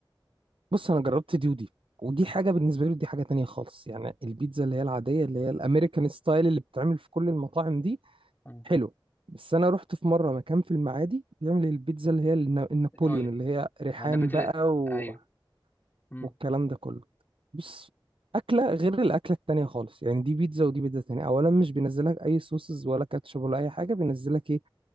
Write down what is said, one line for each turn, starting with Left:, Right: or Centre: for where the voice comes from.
Right: بص انا جربت دي ودي ودي حاجه بالنسبه لي ودي حاجه تانية خالص يعني البيتزا اللي هي العاديه اللي هي الامريكان ستايل اللي بتتعمل في كل المطاعم دي
Left: مم.
Right: حلو بس انا رحت في مره مكان في المعادي بيعمل البيتزا اللي هي النا- النابوليون
Left: ايطالي
Right: اللي هي ريحان
Left: انا بتل...
Right: بقى و...
Left: ايوه امم
Right: والكلام ده كله بص اكله غير الاكله التانية خالص يعني دي بيتزا ودي بيتزا تانية اولا مش بينزلك اي صوصز ولا كاتشب ولا اي حاجه بينزلك ايه